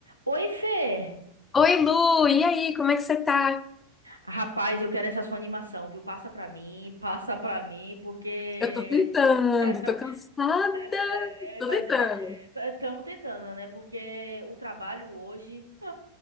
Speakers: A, on the right; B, on the left.
A: Oi, Fê!
B: Oi, Lu, e aí, como é que você tá?
A: Rapaz, eu quero essa sua animação, viu? Passa pra mim, passa pra mim, porque.
B: Eu tô tentando,
A: <laughs>
B: tô cansada,
A: É, é,
B: tô
A: é, mas
B: tentando.
A: estamos tentando, né? Porque o trabalho hoje. <laughs> ah,